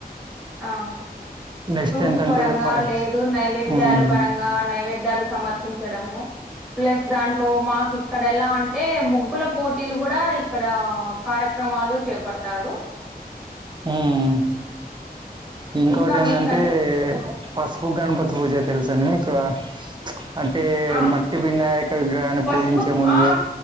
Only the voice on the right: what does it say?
నెక్స్ట్
ఏంటంటే
ప-
ఉమ్,
ఉమ్మ్ ఇంకోటి
ఏందంటే
పసుపు గణపతి పూజ తెలుసండి మీకు అంటే
మట్టి వినాయక విగ్రహాన్ని
పూజించే ముందు